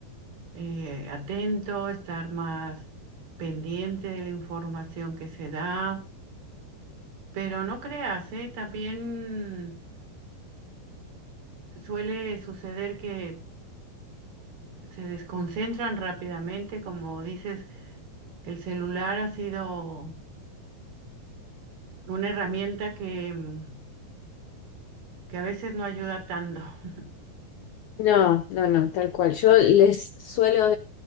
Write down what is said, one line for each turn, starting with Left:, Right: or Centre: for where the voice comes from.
Right: eh, atento, estar más pendiente de la información que se da Pero no creas, ¿eh? También suele suceder que se desconcentran rápidamente, como dices, el celular ha sido una herramienta que, mm, que a veces no ayuda tanto. <laughs>
Left: No, no, no, tal cual. Yo les suelo